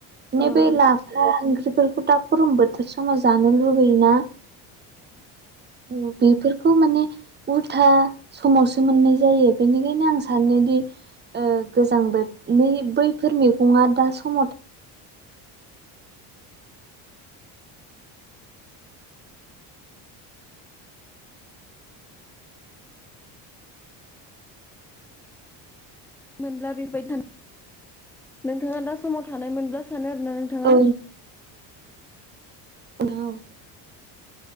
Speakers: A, on the right; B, in the centre.
A: माने
B: ओं
A: बे लाफा ओंख्रिफोरखौ दा गरम बोथोर समाव जानो लु बैयोना अ' बेफोरखौ माने उल्था समावसो मोननाय जायो बेनिखायनो आं सानोदि ओ गोजांबो नि बैफोर मैगङा दा समा
B: मोनब्ला <unintelligible> नोंथाङा दा समाव थानाय मोनब्ला सानो आरो ना नोंथाङा?
A: औ औ